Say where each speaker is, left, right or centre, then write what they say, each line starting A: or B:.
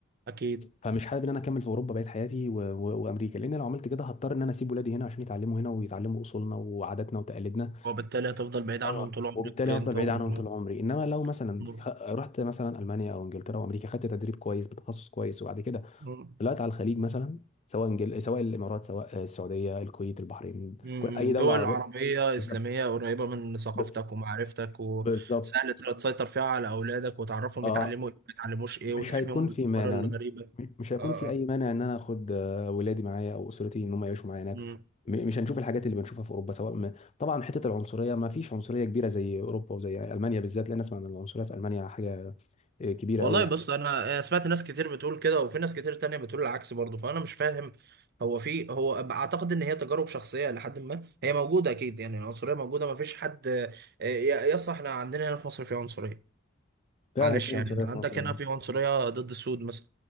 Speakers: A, on the right; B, on the left.
A: أكيد
B: فمش حابب ان انا اكمل في اوروبا بقيت حياتي و... و... وامريكا لان لو عملت كده هضطر ان انا اسيب ولادي هنا عشان يتعلموا هنا ويتعلموا اصولنا وعاداتنا وتقاليدنا
A: وبالتالي هتفضل بعيد
B: اه
A: عنهم طول عمرك
B: وبالتالي
A: أنت
B: هفضل بعيد
A: ومراتك
B: عنهم طول عمري انما لو مثلا
A: مم.
B: خ- رحت مثلا المانيا او انجلترا او امريكا خدت تدريب كويس بتخصص كويس وبعد كده
A: مم.
B: طلعت على الخليج مثلا سواء انجل... سواء الامارات سواء السعوديه الكويت البحرين
A: مم.
B: كل اي دوله
A: دول
B: عربيه
A: عربية
B: بالظبط
A: إسلامية قريبة من ثقافتك
B: بس-
A: ومعرفتك وسهل
B: بالظبط
A: تقدر تسيطر فيها على أولادك وتعرفهم
B: اه
A: يتعلموا إيه ما يتعلموش إيه وتحميهم
B: مش هيكون
A: من
B: في
A: الأفكار
B: مانع
A: الغريبة
B: م- مش هيكون
A: اه
B: في اي مانع ان انا اخد آه، ولادي معايا او اسرتي ان هم يعيشوا معايا هناك
A: اه
B: م- مش هنشوف الحاجات اللي بنشوفها في اوروبا سواء ما طبعا حته العنصريه ما فيش عنصريه كبيره زي اوروبا وزي المانيا بالذات لان اسمع ان العنصريه في المانيا حاجه آه، كبيره
A: والله
B: قوي يعني
A: بص انا سمعت ناس كتير بتقول كده وفي ناس كتير تانية بتقول العكس برضه فانا مش فاهم هو في هو اعتقد ان هي تجارب شخصيه لحد ما هي موجوده اكيد يعني العنصريه موجوده ما فيش حد آه، ي- يس احنا عندنا هنا في مصر في عنصريه
B: فعلا
A: معلش
B: في
A: يعني
B: عنصريه
A: انت عندك
B: في مصر
A: هنا
B: <laughs>
A: في عنصريه ضد السود مثلا